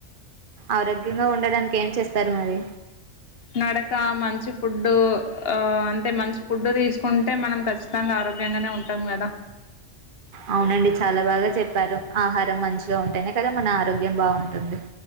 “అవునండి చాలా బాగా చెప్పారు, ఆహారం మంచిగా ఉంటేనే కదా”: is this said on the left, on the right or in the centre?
Right